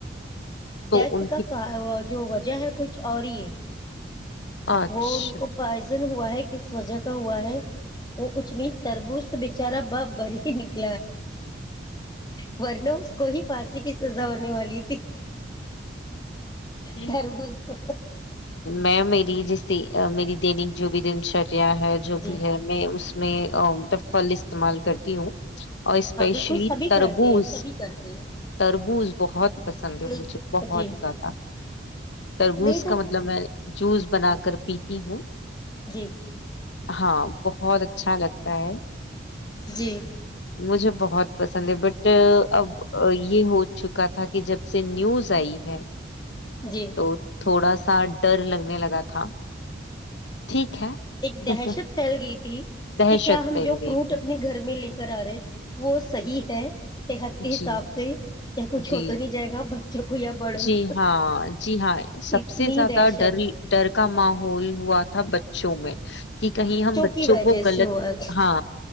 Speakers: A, on the left (about 70°); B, on the left (about 20°).
A: تو
B: ڈیتھ
A: ان کی
B: کا جو وجہ ہے <unintelligible> کچھ اور ہی ہے
A: اچھا
B: وہ ان کو پ ہوا ہے کس وجہ کا ہوا ہے وہ کچھ نہیں تربوز تو بےچارا باپ بری ہی نک ورنو اس کو ہی پات <unintelligible> کی سزا ہونے والی تھی تربوز
A: نہیں <unintelligible>
B: کو
A: میں میری جس کی میری دینک جوب دن شر ہے جو
B: جی
A: بھی ہے میں اس میں پل استعمال کرتی کیوں <unintelligible> اور اسپیشلی
B: ہاں بالکل سبھی
A: تربوز
B: کرتے ہیں سبھی کرتے ہیں
A: تربوز بہت پسند ہے
B: لیک
A: مجھے اچ بہت
B: جی
A: زیادہ تربوز
B: نہیں تو
A: کا مطلب میں جوس بنا کر پیتی ہوں
B: جی
A: ہاں بہت اچھا لگتا ہے
B: جی
A: مجھے بہت پسند ہے بٹ اب یہ ہو چک کہ تھا کہ جب سے نیوز صحیح ہے
B: جی
A: تو تھوڑا سا سا ڈر لگنے لگا تھا ٹھیک
B: ایک
A: ہے
B: دہشت پھیل گئی تھی
A: دہشت
B: کہ کیا ہم
A: پھیل
B: جو
A: گئی
B: فروٹ
A: تھی
B: اپنے گھر میں لے کر آ رہے ہیں وہ صحیح ہے سے <unintelligible> صحت کے
A: جی
B: حساب سے <unintelligible> کچھ
A: جی
B: ہو تو نہیں جائے گا <unintelligible> یا بڑوں
A: جی
B: کو
A: ہاں جی ہاں سب
B: اتنی
A: سے زیادہ
B: دہشت
A: ڈر ڈر کا ماحول ہوا تھا تھا بچوں میں <unintelligible> کہ کہیں ہم بچوں
B: کی وجہ
A: کو غلط
B: سے ہوا
A: ہاں